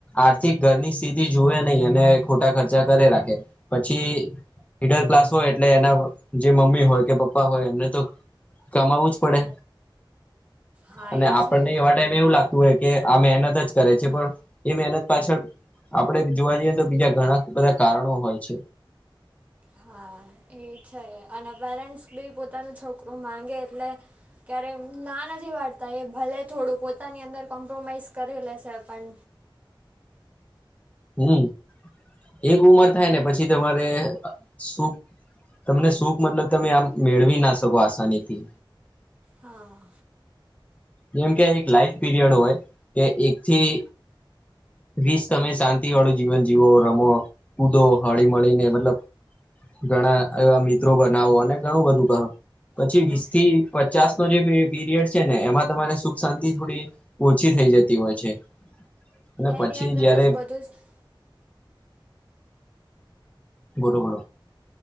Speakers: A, on the left; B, on the right.
A: આર્થિક ઘરની સ્થિતિ જોવે નહી અને ખોટા ખર્ચા કરે રાખે પછી મીડલ ક્લાસ હોય એટલે એના જે મમ્મી હોય કે પપ્પા હોય એમને તો કમાવવું જ પડે
B: હા
A: અને
B: એ
A: આપણને
B: છે
A: એવા ટાઈમે એવું લાગતું હોય કે આ મહેનત જ કરે છે પણ એ મહેનત પાછળ આપડે જોવા જઈએ તો બીજા ઘણા બધા કારણો હોય છે.
B: હા. એ છે અને પેરેન્ટ્સ બી પોતાનું છોકરું માંગે એટલે ક્યારેય ના નથી પાડતા એ ભલે થોડું પોતાની અંદર કોમ્પ્રોમાઈઝ કરી લેશે પણ
A: હમ એક ઉમર થાય ને પછી તમારે શું? તમને સુંખ મતલબ તમે આમ મેળવી ના શકો આસાનીથી.
B: હા.
A: જેમ કે એક લાઈફ પીરિયડ હોય કે એકથી વીસ તમે શાંતિ વાળું જીવન જીવો રમો કૂદો હળી મળીને મતલબ ઘણા એવા મિત્રો બનાવો અને ઘણું બધું કરો પછી
B: હા
A: વીસ થી પચાસ નો જે પીરિયડ છે ને એમાં તમારે સુખ શાંતિ થોડી ઓછી થઈ જતી હોય છે અને પછી
B: એની અંદર
A: જયારે
B: જ બધું જ
A: બોલો બોલો